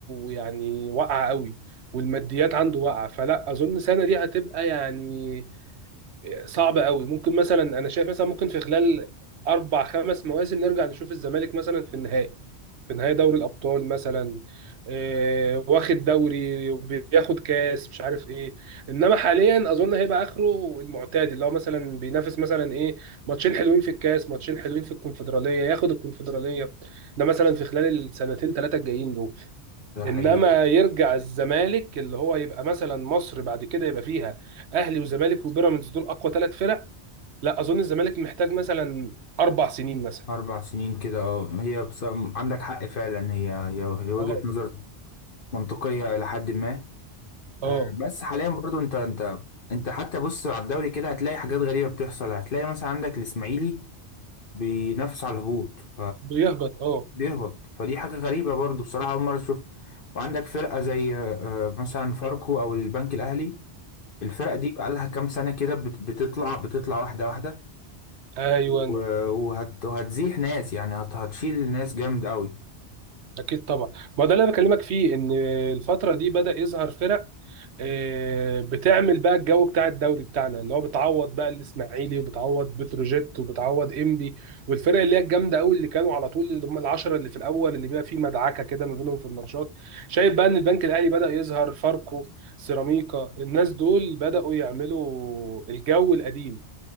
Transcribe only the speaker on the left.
حقيقي
أربع سنين كده اه هي بس عندك حق فعلا هي هي هي وجهة
نظر منطقية إلى حد ما
آه، بس حاليا برضو أنت أنت أنت حتى بص على الدوري كده هتلاقي حاجات غريبة بتحصل هتلاقي مثلا عندك الإسماعيلي بينافس على الهبوط
فبيهبط فدي حاجة غريبة برضو بصراحة أول مرة أشوفها وعندك فرقة زي آه، آه، مثلا فاركو أو البنك الأهلي الفرقة دي بقالها كام سنة كده بت- بتطلع بتطلع واحدة واحدة
و- وهت- وهتزيح ناس يعني هت- هتشيل ناس جامد قوي